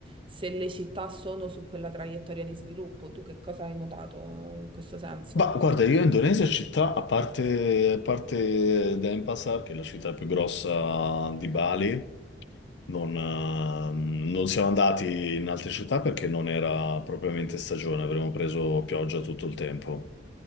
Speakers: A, on the right; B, on the left.
A: se le città sono su quella traiettoria di sviluppo. Tu che cosa hai notato in questo senso?
B: Ma guarda, io in Indonesia città, a parte, a parte Denpasar, che è la città più grossa di Bali, non, ehm, non siamo andati in altre città perché non era propriamente stagione, avremmo preso pioggia tutto il tempo.